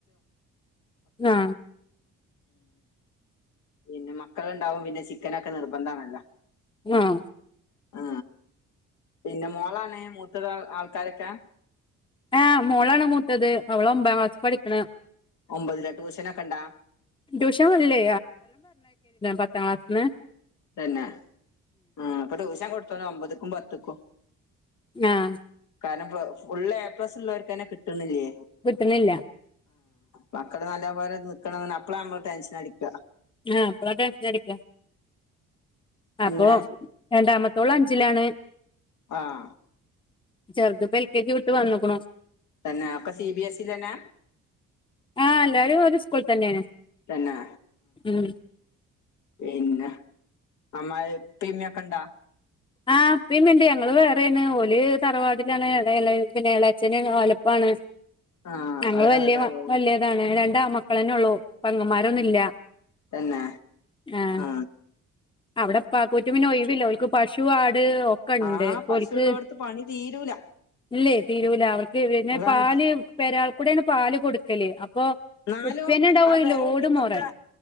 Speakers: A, on the left; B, on the left.
A: ആ
B: പിന്നെ മക്കളുണ്ടാവുമ്പോ പിന്നെ ചിക്കനൊക്കെ നിർബന്ധാണല്ലോ
A: ആഹ്
B: ആ പിന്നെ മോളാണ് മൂത്തത് ആൾക്കാരൊക്കെ?
A: ആഹ് മോളാണ് മൂത്തത് അവള് ഒമ്പാം ക്ലാസ് പഠിക്കണ
B: ഒമ്പതില ട്യൂഷനൊക്കെ ഇണ്ടാ
A: ട്യൂഷനില്ലെ പത്താം ക്ലാസിന്
B: തന്നെ അ അപ്പൊ ടൂഷൻ കൊടുത്ത്ണ് ഒമ്പതുക്കും പത്ത്ക്കും
A: ആഹ്
B: കാരണം ഫുൾ എപ്പസ് ഉള്ളോർ െക്കന്നെ കിട്ണി ല്ലെയ്.
A: കിട്ടണില്ല.
B: മക്കള് നല്ലംപോലെ നിക്കണന്നാണ് അപ്പള നമ്മള് ടെൻഷനടിക്ക
A: ആ അപ്പളാ ടെൻഷൻ അടിക്ക
B: പിന്നെ
A: അപ്പൊ രണ്ടാമത്തോളുംഅഞ്ചിലാണ്.
B: ആഹ്
A: ചെറുത് പ്പെൽക്കേജി വിട്ട് വന്നക്ക്ണു
B: തന്നെ ഒക്കെ സി ബി എസ് ഇ തന്നെ
A: ആഹ് എല്ലാരും ഒരു സ്കൂൾ തന്നെ
B: തന്നെ
A: ഉം
B: പിന്നെ അമ്മ പ്പിം മ്മിക്കെണ്ടാ
A: ആ പ്പിം മ്മിംണ്ട് ഞങ്ങള് വേറെണ് ഓല് തറവാടിലാണ്. അവ്‌ടെ എളേ എളേഛന് ഓലപ്പാണ്
B: ആ
A: ഞങ്ങള്
B: അവരെ
A: വല്ല്യ
B: ഇതാവോ
A: വലിയതാണ് രണ്ടാൺമക്കളന്നെ ഉള്ളൂ പെങ്ങന്മാരൊന്നില്ല്യ
B: തന്നെ
A: ആഹ്
B: ആ
A: അവിടെ പ്പ കുറ്റു പിന്നേ ഒയ് വില്ല ഓൽക് പശു ആ ഒക്കണ്ട്
B: ആ പശു
A: ഓർക്ക്
B: ഉള്ളോടത്ത് പണി തീരൂല
A: ഇല്ലെയ് തീരൂല അവർക്ക് പിന്നെ
B: അതാണ്
A: പാല് പെരാൾകൂടേണ് പാല് കൊടുക്കല് അപ്പൊ
B: എന്നാലോ
A: ഉപ്പന്നെ ഉണ്ടാവും
B: ആ
A: ഒരു
B: പെരിംകുടിക്കെ
A: ലോഡ് മൊറൻ